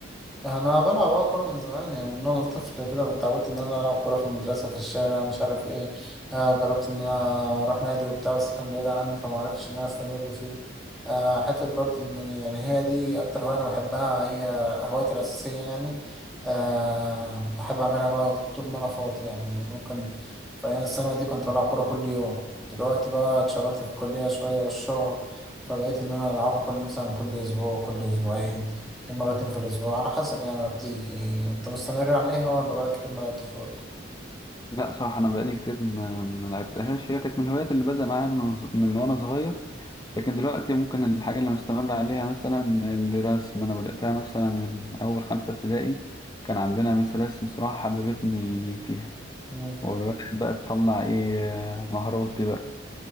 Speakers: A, in the centre; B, on the left (about 20°).
A: انا بلعب اه كوره من زمان يعني من وانا طفل كده اتعودت ان انا العب كوره في المدرسه في الشارع مش عارف ايه آه جربت ان انا اروح نادي وبتاع بس كان بعيد عني فما عرفتش ان انا استمر فيه آه حتى برضه ان يعني هي دي اكتر هوايه انا بحبها هي هوايتي الاساسيه يعني آه بحب اعملها بقى طول ما انا فاضي يعني ممكن في ايام الثانوي دي كنت بلعب كوره كل يوم دلوقتي بقى اتشغلت في الكليه شويه والشغل فبقيت ان انا العبها كل مثلا كل اسبوع كل اسبوعين مرتين في الأسبوع على حسب يعني ما بتيجي أنت مستمر عليها ولا بقالك كتير ما لعبتش برضه؟
B: لا صراحة أنا بقالي كتير ما ما لعبتهاش هي كانت من الهوايات اللي بدأ معايا من وز- من وأنا صغير لكن دلوقتي ممكن الحاجة اللي مستمر عليها مثلا الرسم أنا بدأتها مثلا من أول خمسة ابتدائي كان عندنا مس رسم صراحة حببتني فيها
A: مم.
B: وبدأت بقى تطلع إيه مهاراتي بقى